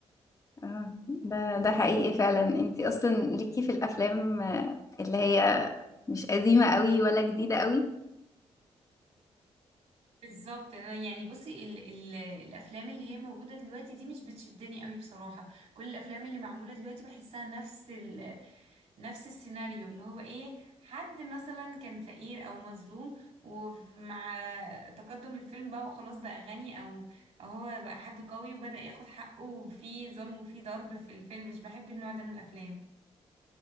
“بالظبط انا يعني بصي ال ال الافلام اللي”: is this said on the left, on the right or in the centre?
Right